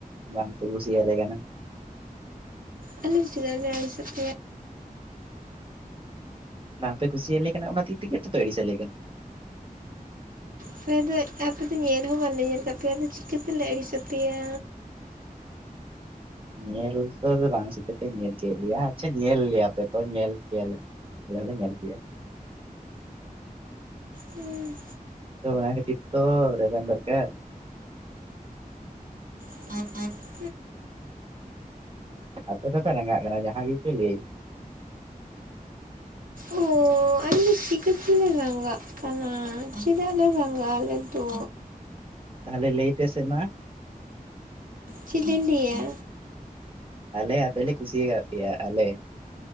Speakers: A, on the right; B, on the right.
A: ᱵᱟᱝ ᱠᱩᱥᱤᱭᱟᱞᱮ ᱠᱟᱱᱟ᱾
B: ᱟᱞᱮ ᱪᱮᱫᱟᱜ ᱞᱮ ᱟᱲᱤᱥ ᱟᱯᱮᱭᱟ᱾
A: ᱵᱟᱝ ᱯᱮ ᱠᱩᱥᱤᱭᱟᱞᱮ ᱠᱟᱱᱟ ᱚᱱᱟ ᱛᱤᱨ ᱛᱮᱜᱮ ᱛᱚᱯᱮ ᱟᱹᱲᱤᱥ ᱟᱟᱞᱮ ᱠᱟᱱᱟ᱾
B: ᱟᱯᱮ ᱫᱚ ᱟᱯᱮ ᱫᱚ ᱧᱮᱞ ᱦᱚᱸ ᱵᱟᱞᱮ ᱧᱮᱞ ᱠᱫ ᱯᱮᱭᱟ ᱟᱫᱚ ᱪᱤᱠᱟᱹᱛᱮᱞᱮ ᱟᱹᱲᱤᱥ ᱟᱯᱮᱭᱟ᱾
A: <inaudible> ᱧᱮᱞ ᱫᱚ ᱵᱟᱝ ᱥᱮᱛᱮ ᱯᱮ ᱧᱮᱞ ᱠᱮᱫ ᱞᱮᱭᱟ ᱟᱪᱪᱷᱟ ᱧᱮᱞ ᱞᱮᱭᱟᱯᱮ ᱛᱚ ᱧᱮᱞ ᱠᱮᱭᱟᱞᱮ᱾ ᱟᱞᱮ ᱦᱚᱸ ᱧᱮᱞ ᱯᱮᱭᱟ᱾
B: ᱦᱮᱸ
A: ᱛᱚ ᱚᱱᱟ ᱠᱷᱟᱹᱛᱤᱨ ᱛᱚ ᱨᱮᱵᱮᱱ ᱫᱚᱨᱠᱟᱨ ᱾
B: <inaudible>
A: ᱟᱯᱮ ᱫᱚᱯᱮ ᱨᱟᱸᱜᱟᱜ ᱠᱟᱱᱟ ᱡᱟᱦᱟᱸ ᱜᱮᱯᱮ ᱞᱟᱹᱭ ᱾
B: ᱚ ᱟᱞᱤ <unintelligible> ᱞᱮ ᱨᱟᱸᱜᱟᱜ ᱠᱟᱱᱟ, ᱪᱮᱫᱟᱜ ᱞᱮ ᱨᱟᱸᱜᱟᱜᱼᱟ ᱟᱞᱮ ᱫᱚ!
A: ᱛᱟᱦᱚᱞᱮ ᱞᱟᱹᱭ ᱯᱮ ᱥᱮ ᱢᱟ ᱾
B: ᱪᱮᱫ ᱫᱚᱧ ᱞᱟᱹᱭᱟ?
A: ᱟᱞᱮ ᱟᱯᱮ ᱞᱮ ᱠᱩᱥᱤᱭ ᱠᱟᱜ ᱯᱮᱭᱟ ᱟᱞᱮ ᱾